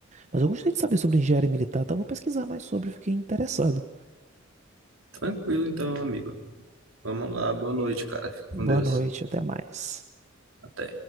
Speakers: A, on the right; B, on the right.
A: Mas eu gostaria de saber sobre engenharia militar, tá? Vou pesquisar mais sobre, fiquei interessado.
B: Tranquilo então, amigo. Vamos lá, boa noite, cara. Fica
A: Boa
B: com Deus.
A: noite, até mais.
B: Até.